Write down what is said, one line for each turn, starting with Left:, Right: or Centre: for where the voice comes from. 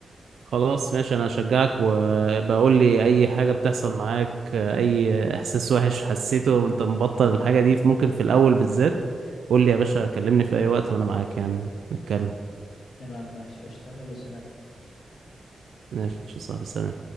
Right: خلاص ماشي انا اشجعك وبقول لي اي حاجة بتحصل معاك اي احساس وحش حسيته وانت مبطل الحاجة دي ممكن في الاول بالذات قول لي يا باشا كلمني في اي وقت وانا معاك يعني نتكلم
Left: تمام ماشي قشطة يلا سلام
Right: ماشي يا صاحبي سلام